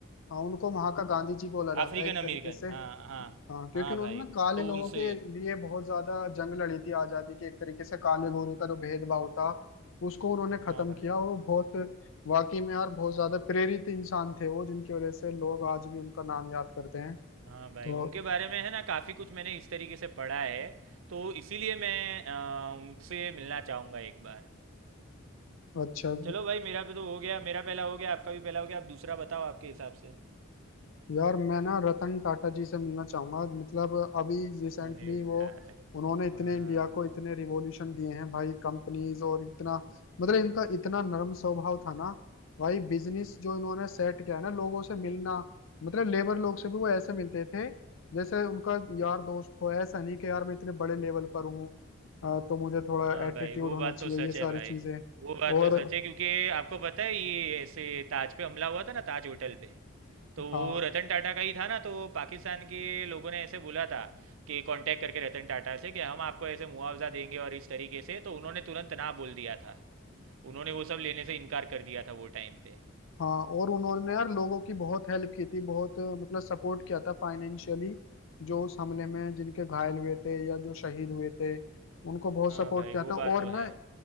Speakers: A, on the left; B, on the right.
A: हाँ उनको वहां का गांधी जी बोला जाता
B: African
A: है एक
B: American
A: तरीके से
B: हाँ हाँ
A: हाँ क्योंकि
B: हाँ
A: उन्होंने
B: भाई
A: ना काले
B: तो
A: लोगों
B: उनसे
A: के लिए बहुत ज्यादा जंग लड़ी थी आजादी के एक तरीके से काले गोरे का जो भेदभाव था उसको उन्होंने खत्म
B: हाँ भाई
A: किया और वो बहुत वाकई में यार बहुत ज्यादा प्रेरित इंसान थे वो जिनकी वजह से लोग आज भी उनका नाम याद करते हैं
B: हाँ भाई
A: तो
B: उनके बारे में है ना काफ़ी कुछ मैंने इस तरीके से पढ़ा है तो इसीलिए मैं अ, उनसे मिलना चाहूँगा एक बार
A: अच्छा
B: चलो भाई मेरा भी तो हो गया मेरा पहला हो गया आपका भी पहला हो गया आप दूसरा बताओ आपके हिसाब से
A: यार मैं ना रतन टाटा जी से मिलना चाहूंगा मतलब अभी रिसेंटली
B: अरे
A: वो
B: यार
A: उन्होंने इतने
B: हाँ
A: इंडिया को इतने रिवॉल्यूशन दिए हैं भाई कंपनीज और इतना मतलब इनका इतना नरम स्वभाव था ना भाई बिजनेस जो इन्होंने सेट किया है ना लोगों से मिलना मतलब लेबर लोग से भी वो ऐसे मिलते थे जैसे उनका यार दोस्त हो ऐसा नहीं कि यार मैं इतने बड़े लेवल पर हूँ अ, तो मुझे थोड़ा
B: हाँ
A: एटीट्यूड
B: भाई वो
A: होना
B: बात
A: चाहिए
B: तो सच
A: ये सारी
B: है भाई
A: चीजें
B: वो बात
A: और
B: तो सच है क्योंकि आपको पता है ये ऐसे ताज पे हमला हुआ था ना ताज होटल पे तो वो
A: हाँ
B: रतन टाटा का ही था ना तो पाकिस्तान के लोगों ने ऐसे बोला था कि कांटेक्ट करके रतन टाटा से कि हम आपको ऐसे मुआवजा देंगे और इस तरीके से तो उन्होंने तुरंत ना बोल दिया था उन्होंने वो सब लेने से इनकार कर दिया था वो टाइम पे
A: हाँ और उन्होंने यार लोगों की बहुत हेल्प की थी बहुत अ, मतलब सपोर्ट किया था फाइनेंशियली जो उस हमले में जिनके घायल हुए थे या जो शहीद हुए थे उनको बहुत
B: हाँ
A: सपोर्ट
B: भाई
A: किया
B: वो
A: था
B: बात
A: और
B: तो है
A: ना